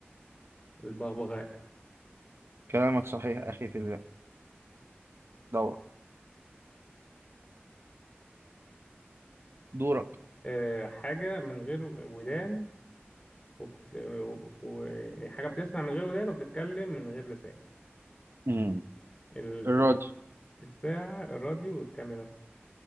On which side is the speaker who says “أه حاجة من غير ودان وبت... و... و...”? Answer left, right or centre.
Left